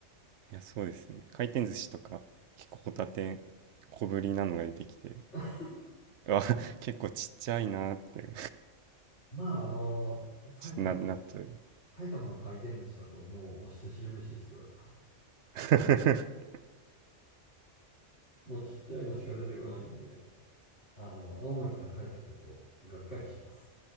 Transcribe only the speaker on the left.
<laughs>
まあ、あの、埼玉の、
埼玉の回転寿司だともう推して知るべしですよ。
もうちっちゃいのしか出てこないんで。あの、青森から帰ってくると、がっかりします。